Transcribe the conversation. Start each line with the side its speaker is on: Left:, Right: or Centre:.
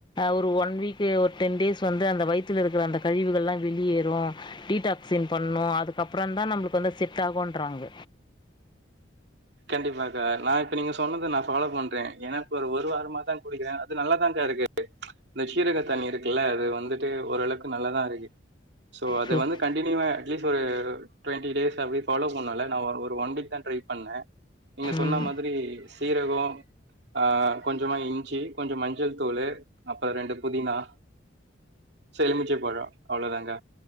Left: ஒரு ஒன் வீக் ஒரு டென் டேஸ் வந்து அந்த வயித்துல இருக்கிற அந்த கழிவுகள்லாம் வெளியேறும் டீடாக்சின் பண்ணும் அதுக்கப்புறம் தான் நம்மளுக்கு வந்து செட் ஆகன்றறாங்க
Right: கண்டிப்பாக்கா நான் இப்ப நீங்க சொன்னது நான் ஃபாலோ பண்றேன் ஏன்னா இப்ப ஒரு வாரமாதான் குடிக்கிறேன் அது நல்லாதானக்கா இருக்கு இந்த சீரக தண்ணி இருக்குல்ல அது வந்துட்டு ஓரளவுக்கு நல்லதான் இருக்கு சோ அது
Left: சூப்
Right: வந்து கண்டனியூவா அட்லீஸ்ட் ஒரு டுவெண்டி டேஸ் அப்டி ஃபாலோ பண்ண நான் ஒரு ஒன் வீக தான் ட்ரை பண்ணேன் நீங்க சொன்ன
Left: ம்
Right: மாதிரி சீரகம் ஆ கொஞ்சமா இஞ்சி கொஞ்சம் மஞ்சள் தூள் அப்புறம் ரெண்டு புதினா எழுமிச்சேம் பழம் அவ்வளவுதாங்க